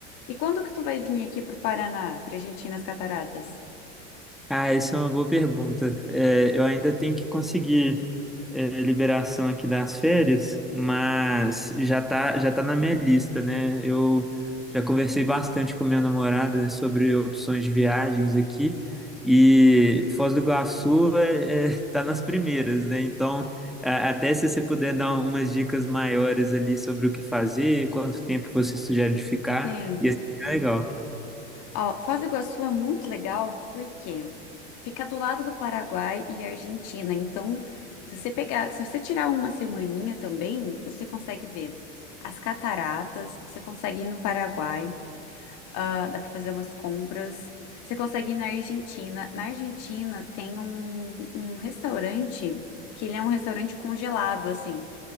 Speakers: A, on the left; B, in the centre.
A: E quando que tu vai vir aqui para o Paraná, para a gente ir nas cataratas?
B: Ah, isso é uma boa pergunta. É, eu ainda tenho que conseguir é, liberação aqui das férias, mas já tá, já tá na minha lista, né? Eu já conversei bastante com minha namorada sobre opções de viagens aqui e Foz do Iguaçu é, é, tá nas primeiras, né? Então, a- até se você puder dar umas dicas maiores ali sobre o que fazer, quanto tempo você sugere de ficar,
A: Sim.
B: ia ser legal.
A: Ó, Foz do Iguaçu é muito legal porque fica do lado do Paraguai e Argentina. Então, se você pegar, se você tirar uma semaninha também, você consegue ver as cataratas, você consegue ir no Paraguai. Ah, dá para fazer umas compras. Você consegue ir na Argentina. Na Argentina tem um, um restaurante que ele é um restaurante congelado, assim.